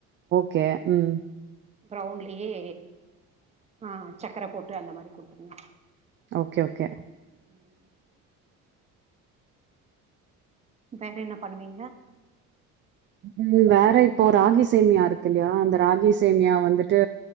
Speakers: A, on the right; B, on the right.
A: கே ம்
B: ப்ரவுன்லியே அ சக்கர போட்டு அந்த மாரி குடுத்ருங்
A: ஓகே ஓகே
B: உம் வேற என்ன பண்ணுவீங்க
A: ம் வேற இப்போ ராகி சேமியா அருக்குல்யா அந்த ராகி சேமியா வந்துர் டு